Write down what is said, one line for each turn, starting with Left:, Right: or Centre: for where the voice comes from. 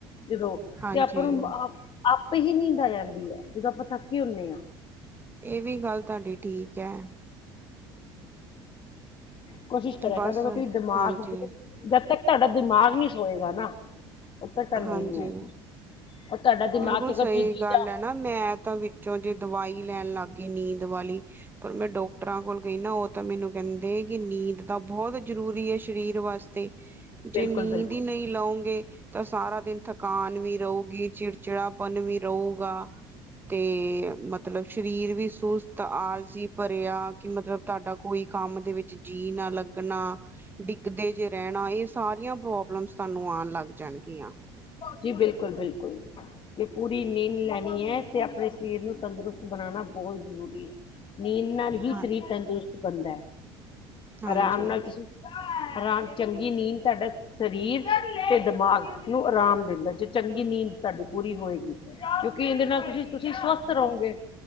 Left: ਜਦੋਂ
Right: ਹਾਂਜੀ
Left: ਤੇ ਆਪਾਂ ਨੂੰ ਆਪ ਆਪੇ ਹੀ ਨੀਂਦ ਆ ਜਾਂਦੀ ਹੈ ਜਦੋਂ ਆਪਾਂ ਥੱਕੇ ਹੁੰਦੇ ਹਾਂ
Right: ਇਹ ਵੀ ਗੱਲ ਤੁਹਾਡੀ ਠੀਕ ਹੈ
Left: ਕੋਸ਼ਿਸ਼ ਕਰਿਆ
Right: ਬਸ
Left: ਕਰ ਕਿ ਦਿਮਾਗ
Right: ਹਾਂਜੀ
Left: ਜਦ ਤੱਕ ਤੁਹਾਡਾ ਦਿਮਾਗ ਨੀ ਸੋਏਗਾ ਨਾ, ਉਦੋ ਤੱਕ ਨੀਂਦ
Right: ਹਾਂਜੀ
Left: ਨੀ ਆਏਗੀ ਔਰ ਤੁਹਾਡਾ ਦਿਮਾਗ
Right: ਬਿਲਕੁਲ
Left: ਤੇ
Right: ਸਹੀ
Left: ਚੀਜ਼ਾਂ
Right: ਗੱਲ ਹੈ ਨਾ ਮੈਂ ਤਾਂ ਵਿੱਚੋਂ ਜੇ ਦਵਾਈ ਲੈਣ ਲੱਗ ਗਈ ਨੀਂਦ ਵਾਲੀ ਪਰ ਮੈਂ ਡਾਕਟਰਾਂ ਕੋਲ ਗਈ ਨਾ ਉਹ ਤਾਂ ਮੈਨੂੰ ਕਹਿੰਦੇ ਕਿ ਨੀਂਦ ਤਾਂ ਬਹੁਤ ਜ਼ਰੂਰੀ ਹੈ ਸਰੀਰ ਵਾਸਤੇ ਜੇ
Left: ਬਿਲਕੁਲ
Right: ਨੀਂਦ
Left: ਬਿਲਕੁਲ
Right: ਹੀ ਨਹੀਂ ਲਉਗੇ ਤਾਂ ਸਾਰਾ ਦਿਨ ਥਕਾਨ ਵੀ ਰਹੇਗੀ ਚਿੜਚਿੜਾਪਨ ਵੀ ਰਹੂਗਾ ਤੇ ਮਤਲਬ ਸਰੀਰ ਵੀ ਸੁਸਤ ਆਲਸੀ ਭਰਿਆ ਕਿ ਮਤਲਬ ਤੁਹਾਡਾ ਕੋਈ ਕੰਮ ਦੇ ਵਿੱਚ ਜੀਅ ਨਾ ਲੱਗਣਾ ਡਿੱਗਦੇ ਜੇ ਰਹਿਣਾ ਇਹ ਸਾਰੀਆਂ ਪ੍ਰੋਬਲਮਸ ਤੁਹਾਨੂੰ ਆਉਣ ਲੱਗ ਜਾਣਗੀਆਂ
Left: ਜੀ ਬਿਲਕੁਲ-ਬਿਲਕੁਲ ਤੇ ਪੂਰੀ ਨੀਂਦ ਲੈਣੀ ਹੈ ਤੇ ਆਪਣੇ ਸਰੀਰ ਨੂੰ ਤੰਦਰੁਸਤ ਬਣਾਉਣਾ ਬਹੁਤ ਜ਼ਰੂਰੀ ਹੈ ਨੀਂਦ ਨਾਲ ਹੀ
Right: ਹਾਂ
Left: ਸਰੀਰ ਤੰਦਰੁਸਤ ਬਣਦਾ ਹੈ
Right: ਹਾਂਜੀ
Left: ਆਰਾਮ ਨਾਲ ਤੁਸੀਂ ਆ ਚੰਗੀ ਨੀਂਦ ਤੁਹਾਡਾ ਸਰੀਰ ਤੇ ਦਿਮਾਗ ਨੂੰ ਆਰਾਮ ਦਿੰਦਾ ਜੇ ਚੰਗੀ ਨੀਂਦ ਤੁਹਾਡੀ ਪੂਰੀ ਹੋਏਗੀ ਕਿਉਂਕਿ ਇਹਦੇ ਨਾਲ ਤੁਸੀਂ ਤੁਸੀਂ ਸਵਸਥ ਰਹੋਗੇ